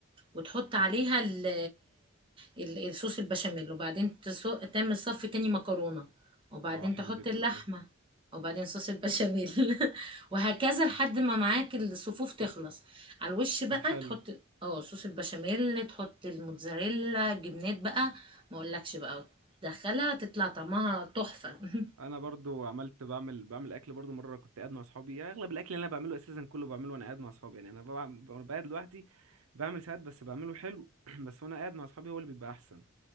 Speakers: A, on the right (about 25°); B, on the right (about 80°).
A: وتحط عليها ال ال- الصوص البشاميل وبعدين تصو- تعمل صف تاني مكرونة وبعدين
B: اه حلو
A: تحط
B: جدا
A: اللحمة
B: ده
A: وبعدين صوص البشاميل <laughs> وهكذا لحد ما معاك الصفوف تخلص على الوش بقى
B: طب حلو
A: تحط اه صوص البشاميل تحط الموتزاريلا جبنات بقى ما اقولكش بقى تدخلها تطلع طعمها تحفة <laughs>
B: انا برضو عملت بعمل بعمل اكل برضو مره كنت قاعد مع اصحابي يعني اغلب الاكل اللي انا بعمله اساسا كله بعمله وانا قاعد مع اصحابي يعني انا بقعد بقعد لوحدي بعمل ساعات بس بعمله حلو <clears throat> بس وانا قاعد مع اصحابي هو اللي بيبقى احسن